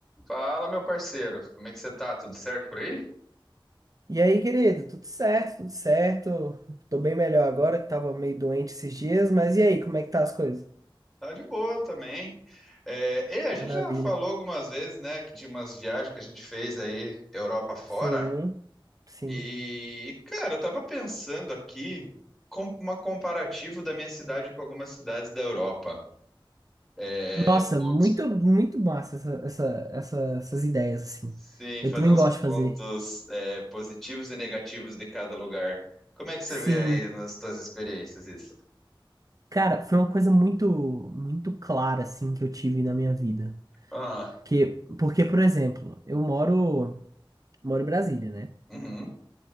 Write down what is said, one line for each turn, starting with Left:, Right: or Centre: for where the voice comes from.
Centre: Fala, meu parceiro, como é que você tá? Tudo certo por aí?
Right: E aí, querido, tudo certo, tudo certo. Tô bem melhor agora, que tava meio doente esses dias, mas e aí, como é que tá as coisas?
Centre: Tá de boa também. É, e a
Right: Maravilha.
Centre: gente já falou algumas vezes, né, que de umas viagens que a gente fez aí, Europa fora.
Right: Sim, sim.
Centre: E, cara, eu tava pensando aqui com uma comparativo da minha cidade com algumas cidades da Europa. É,
Right: Nossa,
Centre: pontos,
Right: muito, muito massa essa, essa, essa- essas ideias, assim.
Centre: sim,
Right: Eu
Centre: fazer
Right: também
Centre: uns
Right: gosto de
Centre: pontos,
Right: fazer.
Centre: é, positivos e negativos de cada lugar. Como é que você
Right: Sim.
Centre: vê aí nas suas experiências isso?
Right: Cara, foi uma coisa muito, muito clara, assim, que eu tive na minha vida.
Centre: Ah,
Right: Que, porque, por exemplo, eu moro, moro em Brasília, né?
Centre: uhum,